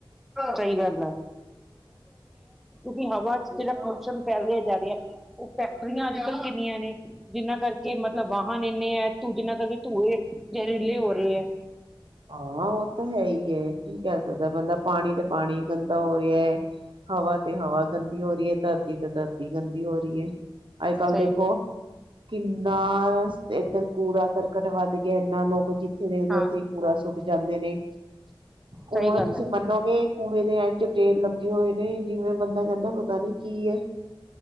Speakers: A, in the centre; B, on the right.
A: ਸਹੀ ਗੱਲ ਵੀ ਹਵਾ ਚ ਜਿਹੜਾ ਪ੍ਰਦੂਸ਼ਣ ਫੈਲਿਆ ਜਾ ਰਿਹਾ ਹੈ ਉਹ ਫੈਕਟਰੀਆਂ ਅੱਜ ਕੱਲ੍ਹ ਕਿੰਨੀਆਂ ਨੇ ਜਿਹਨਾਂ ਕਰਕੇ ਮਤਲਬ ਵਾਹਨ ਇੰਨੇ ਹੈ ਧੂ ਜਿਹਨਾਂ ਕਰਕੇ ਧੂਏ ਜ਼ਹਿਰੀਲੇ ਹੋ ਰਹੇ ਹੈ।
B: ਹਾਂ ਉਹ ਤਾਂ ਹੈ ਹੀ। ਕੀ ਕਹਿ ਸਕਦਾ ਬੰਦਾ ਪਾਣੀ ਤੇ ਪਾਣੀ ਗੰਦਾ ਹੋ ਰਿਹਾ ਹੈ। ਹਵਾ ਤੇ ਹਵਾ ਗੰਦ ਦੀ ਹੋ ਰਹੀ ਹੈ ਧਰਤੀ ਤੇ ਧਰਤੀ ਗੰਦੀ ਹੋ ਰਹੀ ਹੈ। ਅੱਜ ਕੱਲ੍ਹ
A: ਸਹੀ
B: ਦੇਖੋ ਕਿੰਨਾ ਇੱਧਰ ਕੂੜਾ ਕਰਕਟ ਵੱਧ ਗਿਆ ਇੰਨਾ ਲੋਕ ਜ ਥੇ ਦੇਖਦੇ
A: ਹਾਂ
B: ਉਥੇ ਹੀ ਸੁੱਟ ਜਾਂਦੇ ਨੇ ਹੁਣ
A: ਸਹੀ ਗੱਲ
B: ਤੁਸੀਂ
A: ਹੈ
B: ਮੰਨੋਗੇ ਕੂੜੇ ਦੇ ਇੰਝ ਟੇਰ ਲੱਗੇ ਹੋਏ ਨੇ ਜਿਵੇਂ ਬੰਦਾ ਕਹਿੰਦਾ ਪਤਾ ਨੀ ਕੀ ਹੈ।